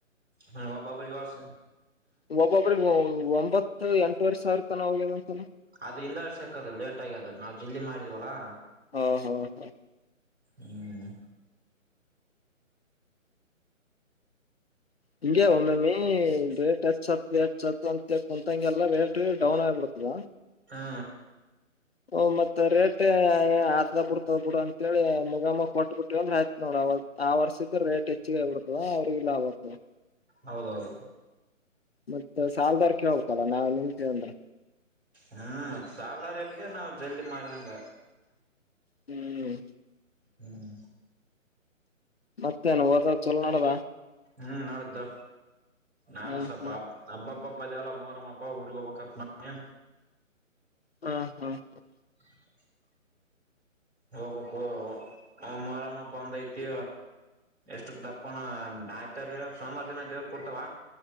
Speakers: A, on the right; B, on the left.
A: ಹಾ ಬಬಾ ಪರಿವಾರಸ
B: ಒಬ್ಬೊಬ್ಬ್ರ ಒಂಬತ್ತು ಎಂಟ ವರ್ಷ ಇರ್ತ ನ ಅವಗೆದನ್ಸಲ
A: ಅದ್ರಿಂದ ಆರ್ಸಕದು ಲೇಟ್ ಆಗ್ಯ ಅದು ನಾವವು ಜಲ್ದಿ ಮಾಡಿದ್ವಲ್ಲಾ
B: ಹಾ ಹಾ ಹಾ
A: ಹ್ಮ್
B: ಹಿಂಗೆ ಒಮ್ಮೆಮ್ಮಿ ರೇಟ್ ಹೆಚ್ಚತ್ ಹೆಚ್ತ್ ಅಂತೇ ಕುಂತಂಗೆಲ್ಲಾ ರೇಟ್ ಡೌನ್ ಆಗ್ಬಿಡ್ತದ
A: ಹಾ
B: ಹ ಮತ್ತ ರೇಟ್ ಆತದ ಬಿಡ್ತದ ಬಿಡ ಅಂತೇಳಿ ಮುಗಾಮ ಕೊಟ್ ಬಿಟ್ಟಿವಂದ್ರೆ ಆಯ್ತ ನೋಡ ಅವಾಗ ಆ ವರ್ಷದ ರೇಟ್ ಹೆಚ್ಚಗ ಆಗ್ಬಿಡ್ತದ ಅವ್ರಿಗೆ ಲಾಭ ಆಗ್ತದೆ
A: ಹೌದೌದು
B: ಮತ್ತ ಸಾಲದರ್ಕ ಕೇಳಬೇಕಲ್ಲ ನಾವ ನಿನ್ತವಿ ಅಂದ್ರೆ
A: ಹ್ಮ್ ಸಾಲದರಾ ರೇಟ್ಗೆ ನಾವು ಜಲ್ದಿ ಮಾಡಿದಂಗ
B: ಹ್ಮ್
A: ಹ್ಮ್
B: ಮತ್ತೇನು ಓದದ ಚಲೋ ನಾಡಾದ
A: ಹ್ಮ್ ನೋಡ್ದು ನಾನು
B: ಹ್ಮ್
A: ಸ್ವಲ್ಪ
B: ಹ್ಮ್
A: ಹಬ್ಬ ಅಪ್ಪಬ್ಬ ದಲ್ಲಮ್ಮೋರಮ್ಮ ಹಬ್ಬ ಊರ್ಗೋಬೇಕತ್ ನ
B: ಹಾ ಹಾ ಹ
A: ಹ ಹೋಗ್ಬೇಕು ಮರಮ್ಮ ಹಬ ಅಂದ ಐತಿ ಎಷ್ಟು ದಪ್ಪಣ ಮ್ಯಾಟರ್ ಸೋಮವರ ದಿನ ದೇವ್ರ ಕೊಡ್ತಾವ